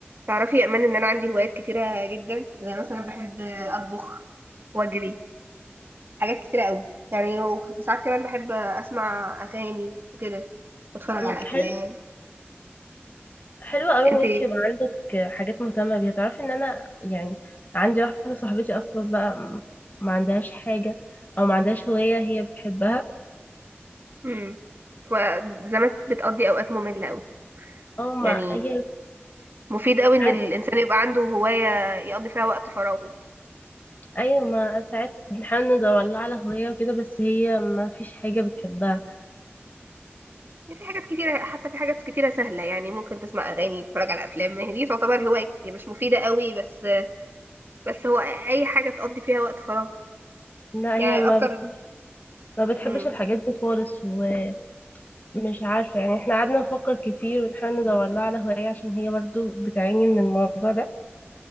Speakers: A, on the right; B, on the left.
A: تعرفي يا امان ان انا عندي هوايات كتيره جدا زي مثلا بحب اطبخ واجري حاجات كتيره قوي يعني وساعات كمان بحب اسمع اغاني وكده واتفرج
B: مم.
A: على افلام
B: حلو حلو قوي ان
A: انت
B: انت يبقى عندك حاجات مهتمه بيها تعرفي ان انا يعني عندي واحده صاحبتي اصلا بقى م- ما عندهاش حاجه او ما عندهاش هوايه هي بتحبها
A: امم وزمان بتقضي اوقات ممله قوي
B: او ما
A: يعني
B: هي
A: مفيد قوي ان
B: ساعات
A: الانسان يبقى عنده هوايه يقضي فيها وقت فراغه
B: ايوه ما ساعات بنحاول ندور لها على هوايه وكده بس هي ما فيش حاجه بتحبها
A: يعني في حاجات كتيره حتى في حاجات كتيره سهله يعني ممكن تسمع اغاني تتفرج على افلام ما هي دي تعتبر هوايه هي مش مفيده قوي بس بس هو اي حاجه تقضي فيها وقت فراغ
B: لا
A: يعني
B: هي ما
A: اكتر
B: بت... ما بتحبش
A: مم.
B: الحاجات دي خالص ومش عارفه يعني احنا قعدنا نفكر كتير ونحاول ندور لها على هوايه عشان هي برضو بتعاني من الموضوع ده